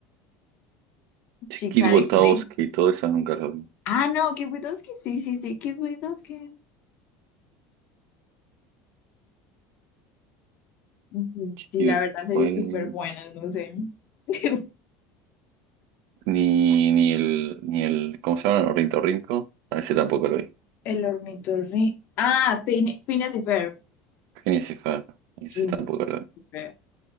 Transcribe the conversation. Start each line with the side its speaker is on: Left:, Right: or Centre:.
Left: <laughs> Chica
Right: Kid Botowski
Left: Disney.
Right: y todo eso nunca lo vi.
Left: Ah, no, Kid Widoski, sí, sí, sí, Kid Widoski. Ujú, Sí,
Right: Y
Left: la
Right: después,
Left: verdad, sería súper
Right: ni,
Left: buenas, no sé. <laughs>
Right: ni el, ni el, ¿cómo se llama? Ornitorrinco, a ese tampoco lo vi.
Left: El ornitorrinco. Ah, Fin Phineas y Ferb.
Right: Phineas y Ferb, ese
Left: Sí, ni-
Right: tampoco lo vi.
Left: ni